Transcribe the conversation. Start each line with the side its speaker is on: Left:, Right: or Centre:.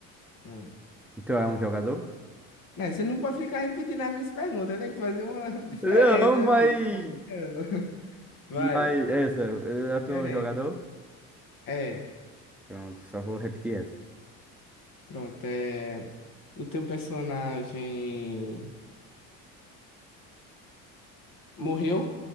Left: Hum.
Centre: O teu é um jogador?
Left: Não, você não pode ficar repetindo as minhas perguntas, tem que fazer uma <laughs> diferença,
Centre: Não, mas
Left: meu filho. Campeão. <laughs> Vai,
Centre: Mas é essa, eu atuo
Left: diferente.
Centre: um jogador?
Left: É,
Centre: Pronto, só vou repetir essa.
Left: pronto. É... O teu personagem morreu